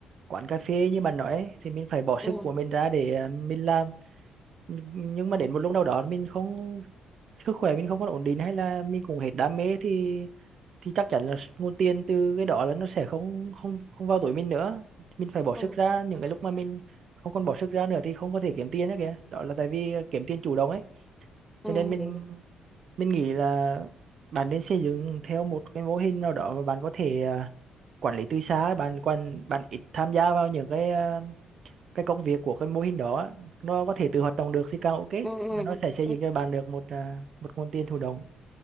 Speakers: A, on the right; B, in the centre.
A: quán cà phê như bạn nói ấy, thì mình phải bỏ
B: Ừ.
A: sức của mình ra để à, mình làm nhưng nhưng mà đến một lúc nào đó mình không sức khỏe mình không còn ổn định hay là mình cũng hết đam mê thì thì chắc chắn là nguồn tiền từ cái đó là nó sẽ không không không vào túi mình nữa mình phải bỏ
B: Ừ.
A: sức ra những cái lúc mà mình không còn bỏ sức ra nữa thì không có thể kiếm tiền nữa kìa đó là tại vì ờ, kiếm tiền chủ động ấy
B: Ừ.
A: cho nên mình
B: Ừ.
A: mình nghĩ là bạn nên xây dựng theo một cái mô hình nào đó mà bạn có thể à, quản lý từ xa bạn quan bạn ít tham gia vào những cái à, cái công việc của cái mô hình đó á. nó có thể tự hoạt động được thì càng ok
B: Ừ. Ừ.
A: Và nó sẽ xây
B: ừ.
A: dựng cho bạn được một à, một nguồn tiền thụ động